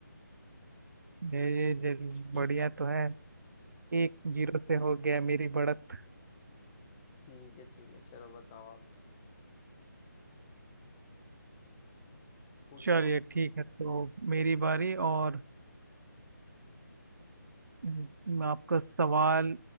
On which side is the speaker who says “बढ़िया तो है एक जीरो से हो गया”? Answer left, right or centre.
Right